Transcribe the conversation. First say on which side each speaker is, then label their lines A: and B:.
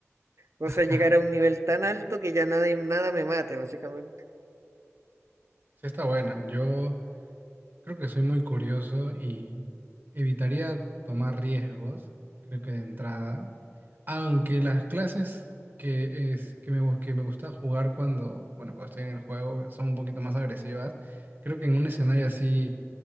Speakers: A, on the right; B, on the right.
A: O
B: <laughs>
A: sea, llegar
B: Ajá,
A: a un nivel tan alto que ya nada, nada me mate, básicamente.
B: Sí está buena. Yo creo que soy muy curioso y evitaría tomar riesgos, creo que de entrada. Aunque las clases que, es, que, me, gu- que me gusta jugar cuando, bueno, cuando estoy en el juego son un poquito más agresivas, creo que en un escenario así